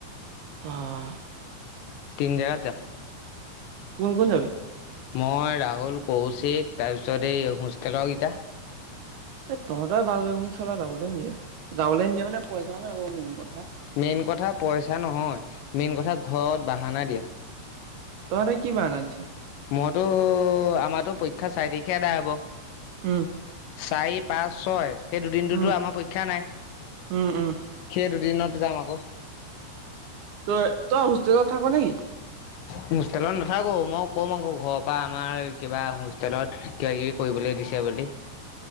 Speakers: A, on the right; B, on the left.
A: অ', অ'।
B: তিনি জেগাত যাম।
A: কোন কোন যাবি?
B: মই ৰাহুল, কৌশিক, তাৰপিছত এই হোষ্টেলৰকিটা।
A: এ তহঁতৰে ভাল! !!!!!!!!!। মোক! !!!!!!!!! যাবলৈ নিদিয়ে। যাবলৈ নিদিয়ে মানে পইচাও নাই বাৰু, মেইন কথা।
B: মেইন কথা পইচা নহয়, মেইন কথা ঘৰত বাহানা দিয়া।
A: তহঁতে কি বাহানা? <unintelligible>
B: মইতো, আমাতো পৰীক্ষা চাৰি তাৰিখে এটা হ'ব।
A: উম
B: চাৰি, পাঁচ, ছয় সেই দুদিনটোতো
A: উম
B: আমাৰ পৰীক্ষা নাই।
A: উম উম
B: সেই দুদিনত যাম আকৌ।
A: তই-তই হোষ্টেলত থাক নেকি?
B: হোষ্টেলত নাথাকোঁ। মই কম আকৌ ঘৰৰ পা আমাৰ, কিবা হোষ্টেলত কিবা কিবি কৰিবলৈ দিছে বুলি।